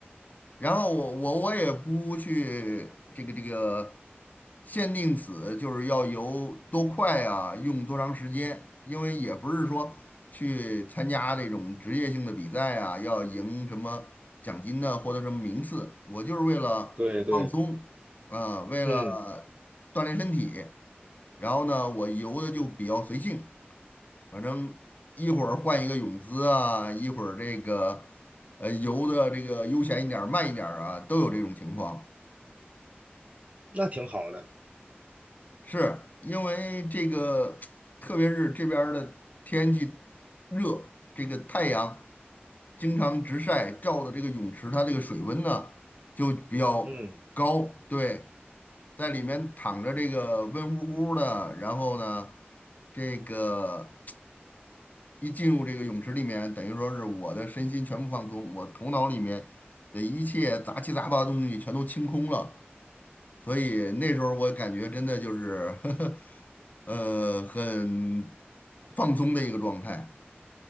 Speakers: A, on the left; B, on the right.
A: 然后我我我也不去这个这个限定死，就是要游多快啊，用多长时间，因为也不是说去参加这种职业性的比赛啊，要赢什么奖金的获得什么名次，我就是为了放松啊，
B: 对对，
A: 为了锻炼身体，
B: 嗯，
A: 然后呢，我游的就比较随性。反正一会儿换一个泳姿啊，一会儿这个呃游的这个悠闲一点儿、慢一点儿啊，都有这种情况。
B: 那挺好的，
A: 是因为这个，<tsk> 特别是这边儿的天气热，这个太阳经常直晒，照的这个泳池它这个水温呢就比较高，
B: 嗯，
A: 对，在里面躺着这个温乎乎的，然后呢，这个。一进入这个泳池里面，等于说是我的身心全部放松，我头脑里面的一切杂七杂八的东西全都清空了。所以那时候我感觉真的就是 <laughs> 呵呵，呃，很放松的一个状态。